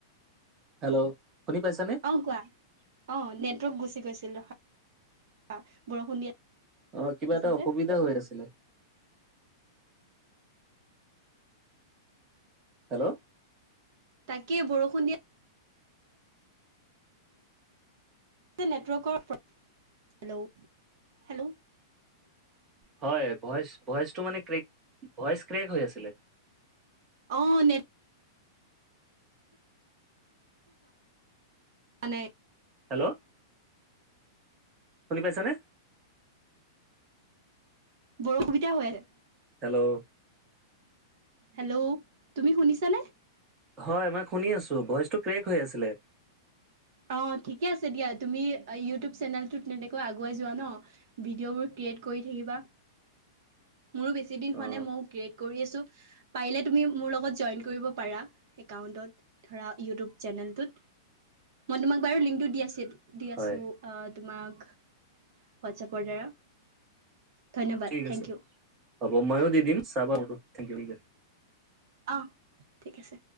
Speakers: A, on the right; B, on the right.
A: হেল্লো! শুনি পাইছা নে?
B: অ', কোৱা। অ', নেটৱৰ্ক গুচি গৈছিল ৰখা <inaudible> বৰষুণ দি
A: অ', কিবা
B: আছে
A: এটা অসুবিধা
B: যে।
A: হৈ আছিলে। হেল্লো!
B: তাকে বৰষুণ দি নেটৱৰ্কৰ <inaudible> হেল্লো হেল্লো!
A: হয় ভইচ ভইচটো মানে ক্ৰেক, ভইচ ক্ৰেক হৈ আছিলে।
B: অ', নে মানে
A: হেল্লো! শুনি পাইছনে?
B: বৰ অসুবিধা হৈ আছে।
A: হেল্ল'!
B: হেল্ল'! তুমি শুনিছানে?
A: হয়, মই শুনি আছো। ভইচটো ক্ৰেক হৈ আছিলে।
B: অ', ঠিকে আছে দিয়া। তুমি ইউটিউব চেনেলটোত তেনেকৈ আগুৱাই যোৱা ন। ভিডিঅ'বোৰ ক্ৰিয়েট কৰি থাকিবা। মোৰো বেছি দিন
A: অ
B: হোৱা নাই। ময়ো ক্ৰিয়েট কৰি আছো। পাৰিলে তুমি মোৰ লগত জইন কৰিব পাৰা। একাউন্টত ধৰা ইউটিউব চেনেলটোত। মই তোমাক বাৰু লিংকটো দি আছো। দি আছো।
A: হয়
B: অহ, তোমাক হোৱাটছএপৰ দ্বাৰা। ধন্যবাদ
A: ঠিক আছে।
B: থেংক ইউ
A: হ'ব, ময়ো দি দিম চাবা মোৰটো। থেংক ইউ, ঠিক আছে।
B: অহ, ঠিক আছে।